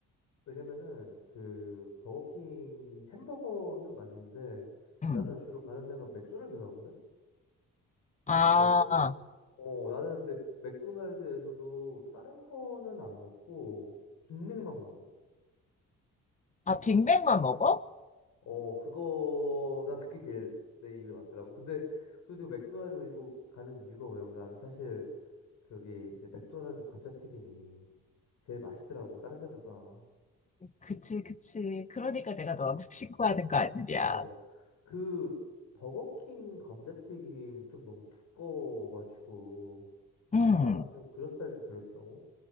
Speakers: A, on the left (about 70°); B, on the left (about 25°).
A: 왜냐면은 그 버거킹 햄버거는 맛있는데
B: 응.
A: 나는 주로 가는 데가 맥도날드 가거든?
B: 아,
A: 또 맥도날 어 나는 근데 맥도날드에서도 다른 거는 안 먹고 빅맥만 먹어.
B: 아, 빅맥만 먹어?
A: 어 그거 난 그게 제일 내 입에 맞더라고. 근데 그래도 맥도날드 그리고 가는 이유가 뭐냐면 나는 사실 거기 이제 맥도날드 감자튀김이 제일 맛있더라고 다른 데보다.
B: 그치, 그치. 그러니까 내가 너하고 <laughs> 친구하는 거 아니냐.
A: 어, 그 버거킹 감자튀김 좀 너무 두꺼워가지고
B: 음.
A: 나는 좀 그럴싸할 좀 별로더라고.